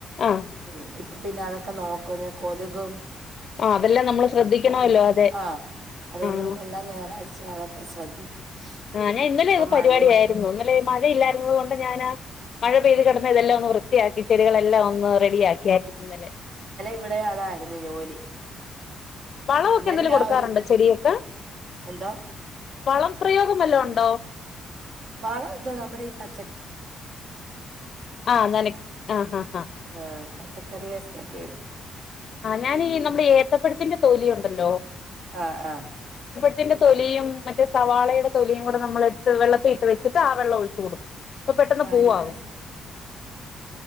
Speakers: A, on the left; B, on the right.
A: ആഹ്
B: <inaudible> പിന്നെ അതൊക്ക നോക്കും കൊതുകും
A: ആഹ് അതെല്ലാം നമ്മള് ശ്രദ്ധിക്കണമല്ലോ അതെ
B: ആ അതുകൊണ്ടു
A: ആഹ്
B: പിന്നെ എല്ലാ ഞായറാഴ് ഞാനതൊക്കെ ശ്രദ്ധിക്കും.
A: ഞാന് ഇന്നലെയാ
B: ഇപ്പൊ
A: പരുപാടിയായിരുന്നു.
B: മഴയും
A: ഇന്നലെ മഴയില്ലായിരുന്ന കൊണ്ട് ഞാന് മഴ പെയ്തു കിടന്നിടവെല്ലാം വൃത്തിയാക്കി ചെടികളെല്ലാം ഒന്നു റെഡിയാക്കിയായിരുന്നു ഇന്നലെ.
B: ഇവിടെയും അതായിരുന്നു ജോലി.
A: വളം ഒക്കെ
B: ഇന്നലെ
A: എന്തേലും കൊടുക്കാറുണ്ടോ
B: ആ ഒരു
A: ചെടികൾക്ക്?
B: എന്തോ
A: വളം പ്രയോഗം വല്ലോം ഉണ്ടോ?
B: വളം എന്തുവാ നമ്മുടെ ഈ പച്ച
A: ആ നന ആ ആ
B: ആ പച്ചക്കറി വേസ്റ്റ് ഒക്കെ ഇടും
A: ഞാന് ഈ നമ്മുടെ ഏത്തപ്പഴത്തിന്റെ തൊലിയു ല്ലോ?
B: ആ ആ
A: ത്തിന്റെ തൊലിയും മറ്റേ സവാളയുടെ തൊലിയും കൂടെ നമ്മളെടുത്ത് വെള്ളത്തിലിട്ടു വെച്ചിട്ട് ആ വെള്ളം ഒഴിച്ചു കൊടുക്കും. അപ്പം പെട്ടന്ന്
B: ആഹ്
A: പൂവാവും.
B: ഇവിടെ